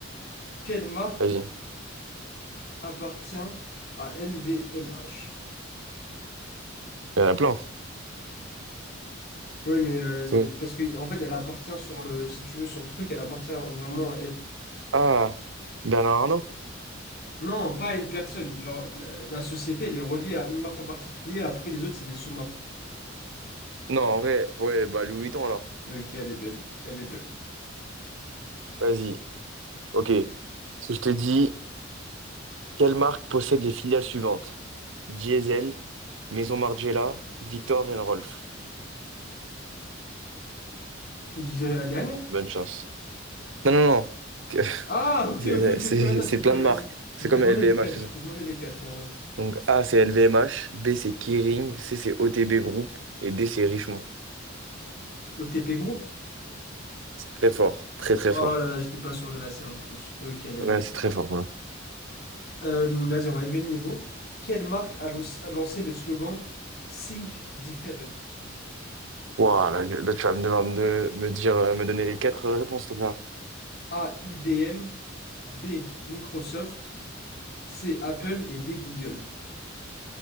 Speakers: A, on the left (about 55°); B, on the right (about 70°).
A: Quelle marque
B: Vas-y. Il
A: appartient à LVMH?
B: y en a plein.
A: Oui, mais euh,
B: Ouais.
A: parce que en fait, elle appartient sur le, si tu veux, sur le truc, elle appartient vraiment à elle.
B: Ah, Bernard Arnault?
A: Non, pas à une personne. Genre, la, la société, elle est reliée à une marque en particulier. Après, les autres, c'est des sous-marques.
B: Non, en vrai, ouais, bah, Louis Vuitton, alors.
A: Ok, elle est belle. Elle est belle.
B: Vas-y, ok. Si je te dis Quelle marque possède les filiales suivantes? Diesel, Maison Margiela, Victor et Rolf.
A: Je dirais la dernière.
B: Bonne chance. Non, non, non. Que-
A: Ah,
B: <laughs>
A: ok,
B: C'est
A: ok, ok,
B: c'est-
A: ok, ouais, non, c'était
B: c'est
A: pas
B: plein
A: les.
B: de
A: Vas-y.
B: marques.
A: Je
B: C'est
A: vais
B: comme
A: te demander
B: LVMH,
A: les quatre. Je
B: tout
A: vais
B: ça.
A: te demander les quatre en vrai.
B: Donc A, c'est LVMH. B, c'est Kering. C, c'est OTB Group. Et D, c'est Richemont.
A: Au TP Group.
B: C'est très fort. Très, très
A: Oh
B: fort.
A: là là, j'étais pas sûr de la selle en plus. Ok, elle est
B: Ouais,
A: belle.
B: c'est très fort. Voilà.
A: Euh, vas-y, on va élever le niveau. Quelle marque a, lo- a lancé le slogan Think Different?
B: Wow, là, là, tu vas me devoir me, me dire, euh, me donner les quatre euh, réponses, tout
A: A. IBM. B, Microsoft, C, Apple et D, Google.